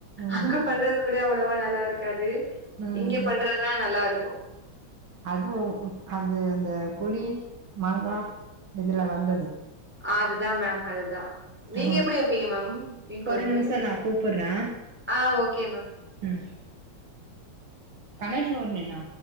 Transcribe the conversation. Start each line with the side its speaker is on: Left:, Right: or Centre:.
Right: ம்
Centre: அங்க பண்றது கூட அவ்ளவா நல்லா இருக்காது
Right: ம்
Centre: இங்க பண்றதுதா நல்லா இருக்கு
Right: அதுவு அந்த அந்த புளி மாங்கா இதுல வந்தது
Centre: அதுதா மேம் அதுதா நீங்க
Right: ஆ
Centre: எப்டி வெப்பீங்க மேம் மீன் கொழம்பு
Right: ஒரு நிமிஷோ நா கூப்புட்றே
Centre: ஆ ஓகே மே
Right: ம் கனட் ஹோர்னினா